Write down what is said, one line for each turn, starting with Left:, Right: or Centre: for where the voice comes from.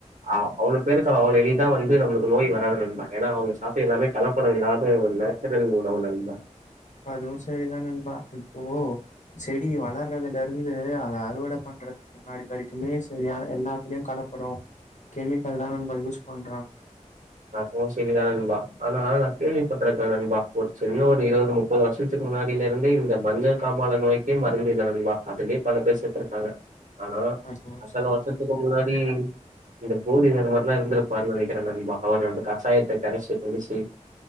Right: அ அவ்ளோ பேருக்கு அவ்ளோ எ ளிதா வந்து நம்மளுக்கு நோய் வராது நண்பா ஏனா அவுங்க சாப்ட்ட எல்லாமே கலப்படயில்லாத நேச்சுரல் உணவு நண்பா
Left: அதுவு செரிதா நண்பா இப்போ செடி வளர்றதுலருந்து அத அறுவட பண்ற முன்னாடி வரைக்குமே சரியான யெல்லாத்துலயு கலப்படோ கெமிக்கல் தா நம்ப யூஸ் பண்றோ
Right: அதுவு சரிதான நண்பா ஆனா நா கேள்விப்பட்ருக்கே நண்பா ஒரு சின்ன ஒரு இருபது முப் பது வருசத்துக்கு முன்னாடிலருந்தே இந்த மஞ்சள் காமால நோய்க்கே மருந்து இல்ல நண்பா அதுலே பல பேர் செத்துருக்காங்க ஆனா
Left: அதுவு
Right: அத்தன
Left: சரிதா
Right: வருஷத்துக்கு
Left: நண்பா
Right: முன்னா டி இந்த போதிதர்மர்லா இருந்திருப்பாருன்னு நெனக்கிறே நண்பா அவர் ரெண்டு கஷாயத்த கரச்சி குடிச்சி